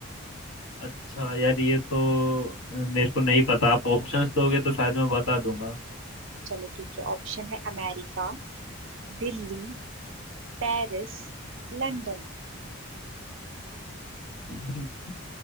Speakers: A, on the left; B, on the right.
A: अच्छा यार ये तो अ, मेरे को नहीं पता आप ऑप्शंस दोगे तो शायद मैं बता दूंगा
B: चलो ठीक है ऑप्शन है अमेरिका दिल्ली पेरिस लंदन
A: <laughs>